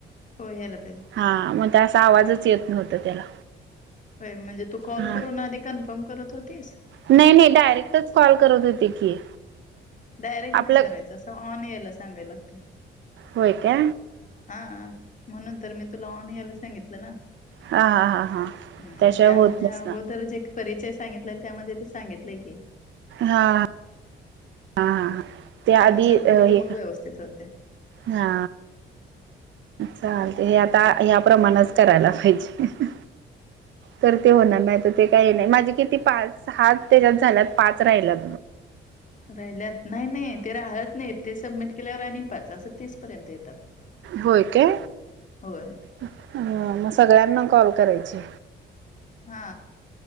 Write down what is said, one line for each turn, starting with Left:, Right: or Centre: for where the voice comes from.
Left: हो यायला पाहिजे
Right: हा मग त्या असा आवाजच येत नव्हता त्याला.
Left: होय म्हणजे तू कॉल
Right: हा
Left: करून आधी कन्फर्म करत होतीस.
Right: नाही नाही डायरेक्टच कॉल करत होते की
Left: डायरेक्ट नाही
Right: आपलं
Left: करायचं, असं ऑन यायला सांगायला लागतय.
Right: होय का.
Left: हा म्हणून तर मी तुला ऑन यायला सांगितलं ना.
Right: हा हा हा हा
Left: हम्म
Right: त्याशिवाय
Left: त्यामध्ये
Right: होत नसणार
Left: अगोदर जे परिचय सांगितला अन त्यामध्ये ते सांगितलेय हे.
Right: हा. हा हा त्या
Left: त्यानुसार
Right: आधी
Left: केलं
Right: हे
Left: की मग व्यवस्थित होते
Right: हा
Left: हम्म
Right: चालतय आता या प्र्रमाणच करायला पाहिजे. तर ते होणार नाही तर ते. काही नाही माझे किती पाच सहा त्याच्यात झाल्यात पाच राहिलात
Left: राहिल्यात नाही नाही ते राहत नाही ते सबमिट केल्यावर आणि पाच असं तीस पर्यंत येतात.
Right: होय काय
Left: होय
Right: अ मग सगळ्यांना कॉल करायची.
Left: हा